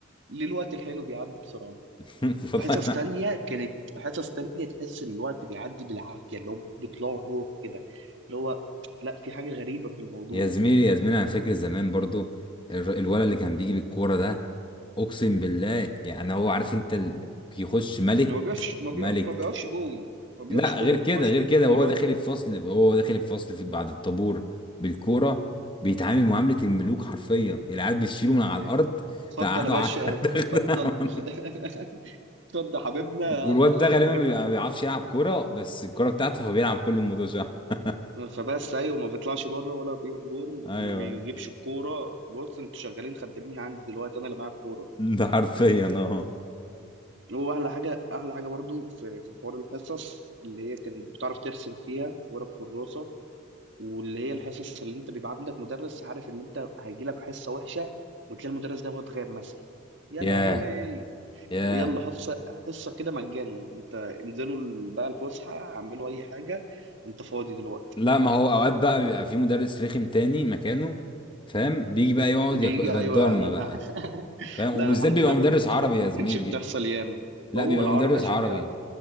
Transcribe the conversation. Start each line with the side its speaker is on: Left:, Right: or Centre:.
Right: ليه الوقت الحلو بيعدي بسرعه
Left: <laughs> والله
Right: وحصص
Left: ما-
Right: تانية كانت حصص تانية تحس ان الوقت بيعدي بالعافيه اللي هو بيطلعوا الروح كده اللي هو لا في حاجه غريبه في الموضوع
Left: يا زميلي يا زميلي انا فاكر زمان برضو الر- الولد اللي كان بيجي بالكورة ده اقسم بالله يعني هو عارف انت ال... يخش ملك
Right: ما بيقفش ما,
Left: ملك
Right: بي... ما بيقفش جول ما بيقفش
Left: لا
Right: جول
Left: غير
Right: ما
Left: كده
Right: بيطلعش
Left: غير
Right: يجيب
Left: كده
Right: الكوره
Left: وهو داخل الفصل وهو داخل الفصل في بعد الطابور بالكورة بيتعامل معاملة الملوك حرفيا العيال بتشيله من على
Right: يعني
Left: الارض
Right: اتفضل
Left: تقعدوا
Right: يا باشا
Left: على <laughs> الدغدغة
Right: اتفضل <laughs> اتفضل حبيبنا
Left: والواد
Right: <laughs>
Left: ده غالبا
Right: اجيب
Left: ما
Right: لك
Left: بيعرفش يلعب كوره بس الكوره بتاعته فبيلعب كل المدوشة <laughs>
Right: فبس ايوه ما بيطلعش بره ولا بيقف جون
Left: ايوه
Right: ما بيجيبش
Left: ايوه
Right: الكوره بص انتوا شغالين خدامين عندي دلوقتي انا اللي معايا الكوره
Left: ده حرفيا اه
Right: هو احلى حاجه احلى حاجه برضو في في حوار الحصص اللي هي كانت بتعرف ترسم فيها ورا الكراسه واللي هي الحصص اللي انت بيبقى عندك مدرس عارف ان انت هيجي لك حصه وحشه وتلاقي المدرس دوت غاب مثلا يا
Left: ياه
Right: لهوي
Left: ياه
Right: يلا حصه حصه كده مجانا انت انزلوا بقى الفسحه اعملوا اي حاجه انت فاضي دلوقتي
Left: لا ما هو اوقات بقى بيبقى في مدرس رخم تاني مكانه فاهم بيجي بقى يقعد
Right: بيجي
Left: يك- يقدرنا
Right: ايوه انا
Left: بقى
Right: <laughs>
Left: فاهم وبالذات
Right: لا انا الحمد
Left: بيبقى
Right: لله دي
Left: مدرس
Right: ما كانتش
Left: عربي يا
Right: ما
Left: زميلي
Right: كانتش بتحصل
Left: بي...
Right: ياما
Left: لا
Right: هو
Left: بيبقى
Right: العربي
Left: مدرس
Right: عشان
Left: عربي